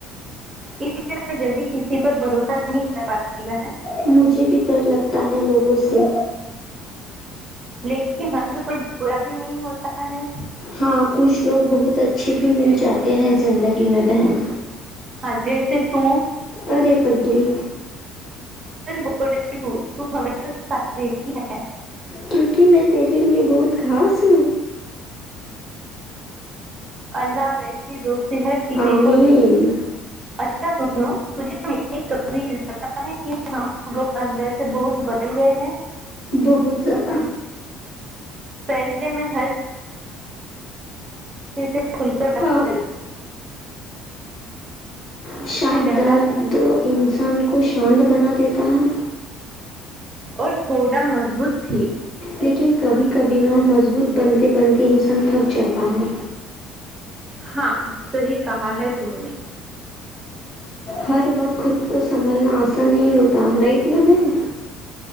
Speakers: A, on the right; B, on the left.
A: اس لیے میں جلدی کسی پر بھروسہ نہیں کر پاتی بہن
B: مجھے بھی ڈر لگتا ہے لوگوں سے
A: لیکن ہر کوئی با بھی نہیں ہوتا ہے
B: ہاں کچھ لوگ بہت اچھے بھی مل جاتے ہیں زندگی میں بہن
A: جیسے تو
B: ارے پگلی
A: بول رہی ہو ت ہمیشہ سچ رہتی ہے
B: کیونکہ میں تیرے لیے بہت خھاس
A: اللہ ویسی دوست ہر کسی
B: آمین
A: کو دے اچھا سنو تجھے تو بھی لگتا ہے کہ ہم لوگ اندر سے بہت بدل گئے ہیں
B: بہت زیادہ
A: پ قصے میں ہر جیسے کھل کر بچر
B: اب شاید
A: ڈرتا
B: درد
A: ہے
B: انسان کو شانت بنا دیتا ہے
A: اور تھوڑا مضبوط تھی
B: لیکن کبھی کبھی نہ مضبوط بنتے بنتے انسان تھک جاتا ہے
A: ہاں صحیح کہا ہے تم نے
B: ہر وقت خود کو سنبھالنا آسان نہیں ہوتا رائٹ نا بہن